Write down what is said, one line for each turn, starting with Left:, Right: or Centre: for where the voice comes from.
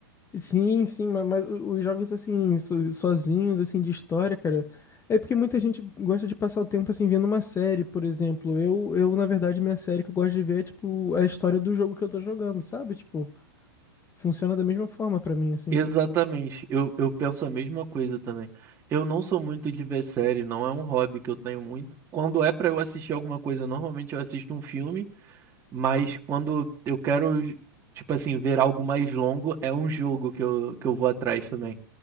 Left: sim, sim, mas mas, o- os jogos assim, so- sozinhos, assim, de história, cara. É porque muita gente gosta de passar o tempo assim vendo uma série, por exemplo. Eu, eu, na verdade, minha série que eu gosto de ver é tipo a história do jogo que eu tô jogando, sabe? Tipo, funciona da mesma forma pra mim, assim.
Right: Exatamente, eu, eu penso a mesma coisa também. Eu não sou muito de ver série, não é um hobby que eu tenho muito. Quando é para eu assistir alguma coisa, normalmente eu assisto um filme. Mas quando eu quero, tipo assim, ver algo mais longo, é um jogo que eu, que eu vou atrás também.